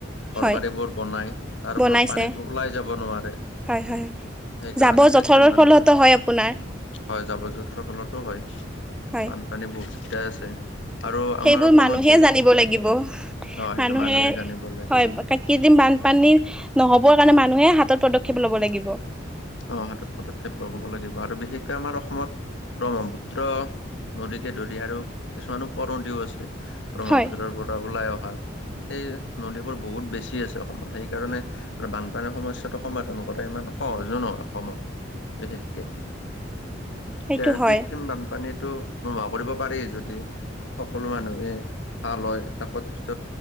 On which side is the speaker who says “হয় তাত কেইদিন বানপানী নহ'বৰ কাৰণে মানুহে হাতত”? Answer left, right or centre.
Centre